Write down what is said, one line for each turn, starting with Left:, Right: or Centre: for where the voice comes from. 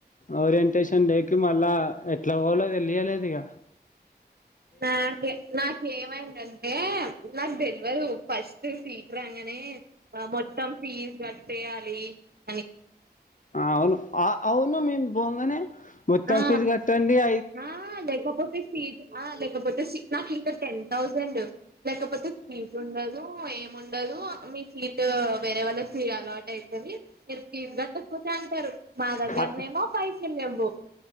Left: ఓరియంటేషన్ డేకి మళ్ళా ఎట్లా పోవలో తెలియలేదు ఇక
Right: నాకే నాకేమైందంటే నాకు తేలవదు ఫస్ట్ సీట్ రాంగానే మొత్తం ఫీజు కటేయాలి అని
Left: అవును అవును మేము పొంగానే మొత్తం
Right: ఆ
Left: ఫీజు కట్టండి అని
Right: ఆ లేకపోతే సీట్ ఆ లేకపోతే నాకు ఇంకా టెన్ థౌసండ్ లేకపోతే సీట్ ఉండదు ఎం ఉండదు ఉండదు మీ సీట్ వేరే వాళ్ళ కీ అలాట్ అయితది మీరు ఫీజు కట్టకపోతే అంటారు మా దగ్గరనేమో
Left: ఆ
Right: పైసలు లేవు